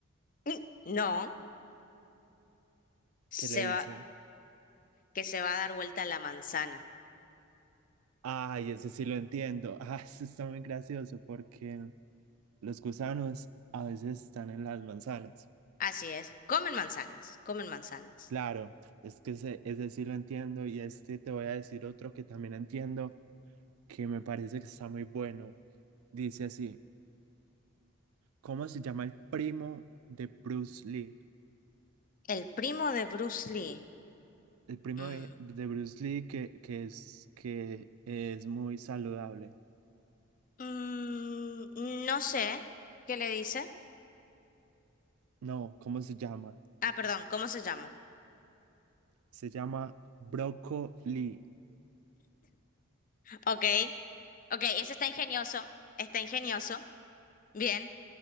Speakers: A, on the left (about 40°); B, on the right (about 80°).
A: Mm, No, se
B: ¿Qué le dice?
A: va, que se va a dar vuelta la manzana.
B: Ay, ese sí lo entiendo. <laughs> Ah, ese está muy gracioso porque los gusanos a veces están en las manzanas.
A: Así es, comen manzanas, comen manzanas.
B: Claro, es que ese, ese sí lo entiendo y este te voy a decir otro que también entiendo que me parece que está muy bueno. Dice así, ¿cómo se llama el primo de Bruce Lee?
A: El primo de Bruce Lee.
B: El primo
A: mm,
B: de, de Bruce Lee que, que es, que es muy saludable.
A: mm, no sé qué le dice.
B: No, ¿cómo se llama?
A: Ah, perdón, ¿cómo se llama?
B: Se llama Broccoli.
A: Ok. Ok, ese está ingenioso. Está ingenioso. Bien.